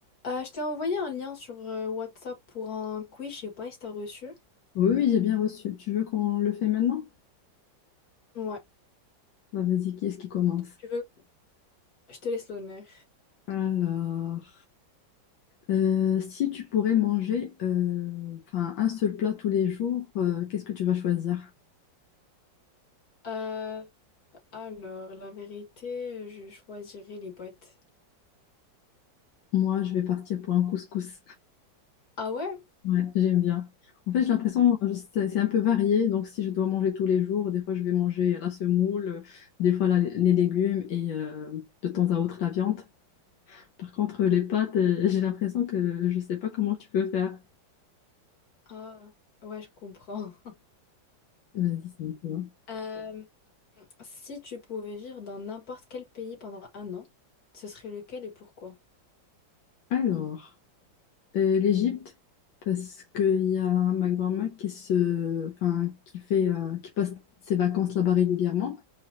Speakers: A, on the left; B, on the left.
A: Euh, je t'ai envoyé un lien sur euh, WhatsApp pour un quiz, je sais pas si t'as reçu.
B: Oui, oui, j'ai bien reçu. Tu veux qu'on le fait maintenant?
A: Ouais,
B: Bah, vas-y, qui est-ce qui commence?
A: tu veux, je te laisse l'honneur.
B: Alors, euh, si tu pourrais manger euh, enfin, un seul plat tous les jours, euh, qu'est-ce que tu vas choisir?
A: Euh, alors, la vérité, je choisirais les boîtes.
B: Moi, je vais partir pour un couscous.
A: Ah ouais?
B: Ouais, j'aime bien. En fait, j'ai l'impression euh, c'est c'est un peu varié. Donc, si je dois manger tous les jours, des fois, je vais manger la semoule, euh, des fois, la- les légumes et euh, de temps à autre, la viande. Par contre, les pâtes, euh, <laughs> j'ai l'impression que je ne sais pas comment tu peux faire.
A: Ah, ouais, je comprends. <laughs>
B: Vas-y, c'est toi.
A: Euh, si tu pouvais vivre dans n'importe quel pays pendant un an, ce serait lequel et pourquoi?
B: Alors. Euh, l'Égypte, parce qu'il y a ma grand-mère qui se, enfin, qui fait, euh, qui passe ses vacances là-bas régulièrement